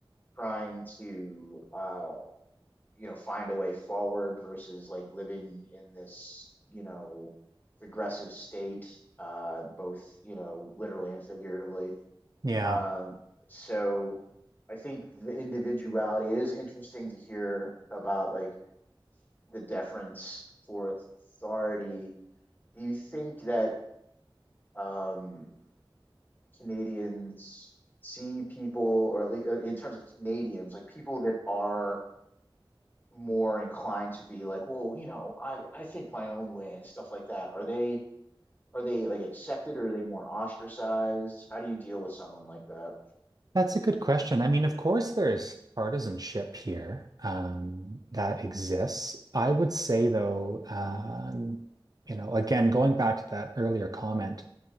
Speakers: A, on the left; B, on the right.
A: trying to, uh, you know, find a way forward versus like living in this, you know, regressive state, uh, both, you know, literally and figuratively.
B: Yeah.
A: Um, so I think the individuality it is interesting to hear about like the deference for authority, do you think that um, Canadians see people, or at least in terms of Canadians, like people that are more inclined to be like, well, you know, I I think my own way and stuff like that. Are they are they like accepted or are they more ostracized? How do you deal with someone like that?
B: That's a good question. I mean, of course, there's partisanship here um, that exists. I would say, though, um, you know, again, going back to that earlier comment,